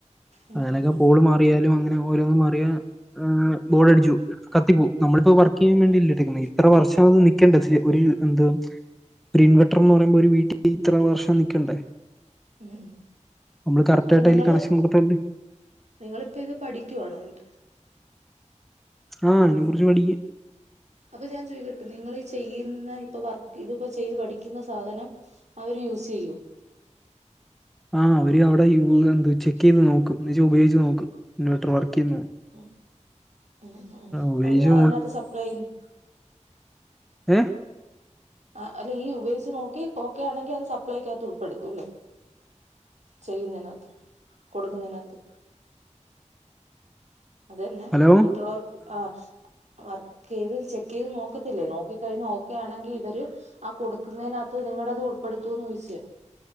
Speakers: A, on the right; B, in the centre.
A: ഉം
B: അങ്ങനെക്കെ
A: ഉം ഉം ഉം
B: പോള് മാറിയാലും അങ്ങനാവും ഓരോന്നും മാറിയാ ഏഹ് ബോഡ് അടിച്ച് പോവും കത്തിപ്പോവും നമ്മള്പ്പോ വർക്കെയ്യാൻ വേണ്ടിയല്ലെ
A: ഉം
B: ഇത്ര വർഷമത് നിക്കണ്ടെ സീ ഒര് എന്ത് ഒരു ഇൻവെർട്ടർന്ന് പറിയുമ്പൊര് വീട്ടില് ഇത്ര വർഷം നിക്കണ്ടേ
A: ഉം ഉം
B: നമ്മള് കറക്റ്റായിട്ട്
A: അപ്പൊ നിങ്ങള്
B: അതില് കണക്ഷൻ കൊടുത്താല്
A: നിങ്ങള്പ്പോ ഇത് പഠിക്കുവാണോ ന്ന്ട്ട്
B: ആഹ് അതിനെ
A: ഉം
B: കുറിച്ച് പഠിക്കും.
A: അപ്പൊ ഞാൻ ചോയിക്കട്ട് നിങ്ങള് ഈ ചെയ്യുന്ന ഇപ്പ വർക്ക് ഇത്പ്പൊ ചെയ്ത് പഠിക്കുന്ന സാധനം അവര് യൂസെയ്യൊ
B: ആഹ് അവര് അവിടെയൂ എന്ത് ചെക്കെയ്ത് നോക്കും എന്നച്ചാ ഉപയോഗിച്ച് നോക്കും ഇൻവേർട്ടർ വർക്കെയ്ന്നോ
A: ഉം ഉം ഉം ഉം ഉം
B: ഉപയോഗിച്ച്
A: അത് അതിനകത്ത് സപ്ലൈ ചെയ്യുന്നു
B: ഉം
A: ആ അല്ലെ ഈ ഉപയോഗിച്ച് നോക്കി ഓക്കെ ആണെങ്കിൽ അത് സപ്ലൈ ഒക്കകത്ത് ഉൾപ്പെടുത്തും അല്ലെ ചെയ്യുന്നതിനകത്ത് കൊടുക്കുന്നതിനകത്ത് അതല്ല
B: ഹലോ
A: മറ്റുള്ളവർക്ക് ആഹ് വർക്ക് ചെയ്ത് ചെക്ക് ചെയ്ത് നോക്കത്തില്ലേ നോക്കി കഴിഞ്ഞ് ഓക്കെ ആണെങ്കി ഇവര് ആ കൊടുക്കുന്നെനക ഇത് നിങ്ങടേത് ഉൾപ്പെടുത്തൂന്നോയ്ച്ച്